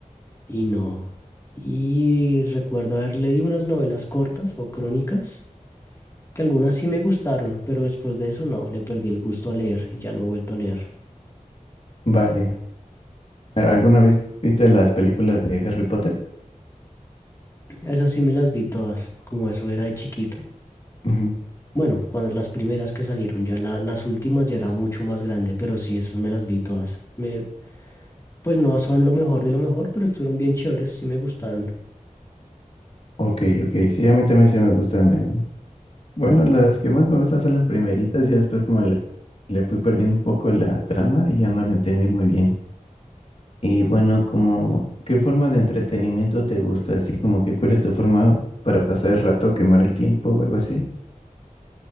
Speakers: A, on the left; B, on the left.
A: y no. Y recuerdo haber leído unas novelas cortas o crónicas que algunas sí me gustaron, pero después de eso no, le perdí el gusto a leer y ya no he vuelto a leer.
B: Vale. ¿Alguna vez viste las películas de Harry Potter?
A: Esas sí me las vi todas, como eso era de chiquito.
B: Ujú.
A: Bueno, cuando las primeras que salieron, ya la- las últimas ya era mucho más grande, pero sí, esas me las vi todas. Me, pues no son lo mejor de lo mejor, pero estuvieron bien chéveres, sí me gustaron.
B: Ok, ok, sí, a mí también sí me gustan. eh. Bueno, las que más me gustan son las primeritas, ya después como le, le fui perdiendo un poco la trama y ya no la entendí muy bien. Y bueno, como, ¿qué forma de entretenimiento te gusta? Así como que cuál es tu forma para pasar el rato, quemar el tiempo o algo así.